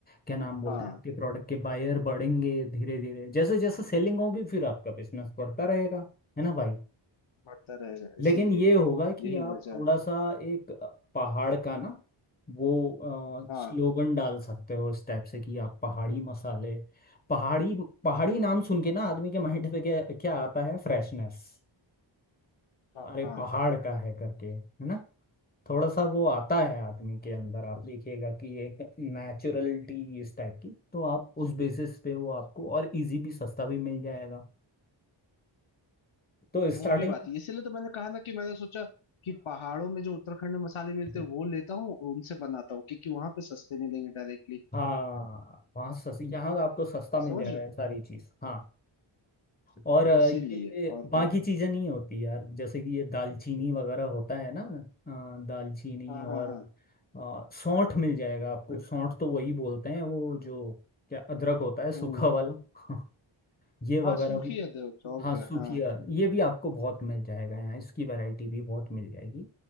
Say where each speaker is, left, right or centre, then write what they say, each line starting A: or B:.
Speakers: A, on the left; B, on the left.
A: क्या नाम बोलते
B: हाँ
A: हैं आपके प्रोडक्ट के बायर बढ़ेंगे धीरे धीरे जैसे जैसे सेलिंग होगी फिर आपका बिजनेस बढ़ता रहेगा है ना भाई
B: बढ़ता रहेगा इसीलिए
A: लेकिन ये होगा कि
B: यही
A: आप
B: वजह
A: थोड़ा
B: है
A: सा एक पहाड़ का ना वो
B: हाँ
A: स्लोगन डाल सकते हो इस टाइप से कि आप पहाड़ी मसाले पहाड़ी पहाड़ी नाम सुन के ना आदमी के माइंड पे क्या क्या आता है फ्रेशनेस
B: हाँ
A: अरे
B: हाँ,
A: पहाड़ का है करके है ना थोड़ा सा वो आता है आदमी के अंदर आप देखिएगा कि एक नेचुरलिटी इस टाइप की तो आप उस बेसिस पे वो आपको और इजी भी सस्ता भी मिल जाएगा तो
B: वो
A: स्टार्टिंग
B: भी बात है इसीलिए तो मैंने कहा ना कि मैंने सोचा कि पहाड़ों में जो उत्तराखंड में मसाले मिलते
A: हाँ
B: हैं वो लेता हूँ और उनसे बनाता हूँ क्योंकि वहां पे सस्ते मिलेंगे डायरेक्टली
A: हाँ वहाँ सस यहाँ तो आपको सस्ता मिल
B: समझ
A: जाएगा
B: रहे
A: ये सारी चीज़ हाँ
B: हो?
A: और अ,
B: इसीलिए
A: ये
B: और
A: बाकी
B: कोई
A: चीज़ें नहीं होती यार जैसे कि ये दालचीनी वगैरह होता है ना अ, दालचीनी
B: हाँ
A: और
B: हाँ हाँ
A: अ, सौंठ मिल जाएगा आपको सौंठ तो वही बोलते हैं वो जो क्या अदरक होता है सूखा
B: हम्म
A: वाला <laughs> ये वगैरह
B: हाँ सूखी
A: भी
B: अदरक और
A: हाँ
B: क्या
A: सूखी
B: हाँ
A: अ, ये भी आपको बहुत मिल जाएगा यहाँ इसकी वैरायटी भी बहुत मिल जाएगी